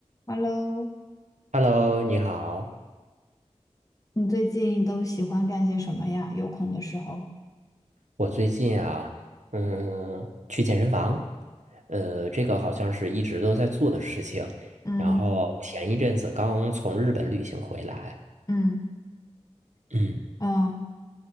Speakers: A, on the left (about 30°); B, on the right (about 85°).
A: Hello，
B: Hello，你好。
A: 你最近都喜欢干些什么呀？有空的时候，
B: 我最近啊，嗯，去健身房，呃，这个好像是一直都在做的事情。
A: 嗯
B: 然后前一阵子刚从日本旅行回来，
A: 嗯
B: 嗯，
A: 嗯